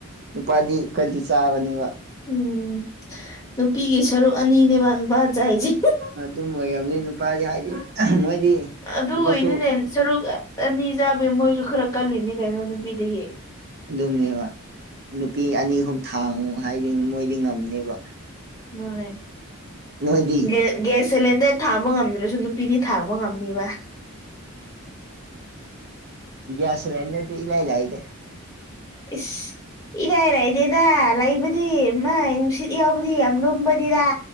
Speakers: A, on the right; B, on the left.
A: ꯅꯨꯄꯥꯗꯤ ꯈꯔꯗꯤ ꯆꯥꯕꯅꯦꯕ
B: ꯎꯝ ꯅꯨꯄꯤꯒꯤ ꯁꯔꯨꯛ ꯑꯅꯤꯅꯦꯕ ꯅꯨꯄꯥ ꯆꯥꯏꯖꯦ
A: ꯑꯗꯨꯝ ꯑꯣꯏꯔꯝꯅꯤ ꯅꯨꯄꯥꯗꯤ ꯍꯥꯏꯗꯤ ꯃꯣꯏꯗꯤ
B: ꯑꯗꯨꯒꯤꯅꯤꯅꯦ
A: ꯊꯕꯛꯁꯨ
B: ꯁꯔꯨꯛ ꯑꯅꯤ ꯆꯥꯕꯩ ꯃꯣꯏꯁꯨ ꯈꯔ ꯀꯜꯂꯤꯅꯤ ꯀꯩꯅꯣ ꯅꯨꯄꯤꯗꯒꯤ
A: ꯑꯗꯨꯝꯅꯦꯕ ꯅꯨꯄꯤ ꯑꯅꯤ ꯑꯍꯨꯝ ꯊꯥꯡꯉꯨ ꯍꯥꯏꯗꯤ ꯃꯣꯏꯗꯤ ꯉꯝꯅꯦꯕ
B: ꯍꯣꯏ
A: ꯅꯣꯏꯗꯤ
B: ꯒꯦ ꯒ꯭ꯌꯥꯁ ꯁꯤꯂꯤꯟꯗꯔ ꯊꯥꯡꯕ ꯉꯝꯗ꯭ꯔꯁꯨ ꯅꯨꯄꯤꯗꯤ ꯊꯥꯡꯕ ꯉꯝꯅꯤꯕ
A: ꯒ꯭ꯌꯥꯁ ꯁꯤꯂꯤꯟꯗꯔꯗꯤ ꯏ ꯂꯥꯏ ꯂꯥꯏꯗ
B: ꯏꯁ ꯏꯔꯥꯏꯔꯥꯏꯗꯦꯗ ꯂꯩꯕꯗꯤ ꯃ ꯅꯨꯡꯁꯤꯠ ꯌꯥꯎꯕꯗꯤ ꯌꯥꯝ ꯂꯨꯝꯕꯅꯤꯗ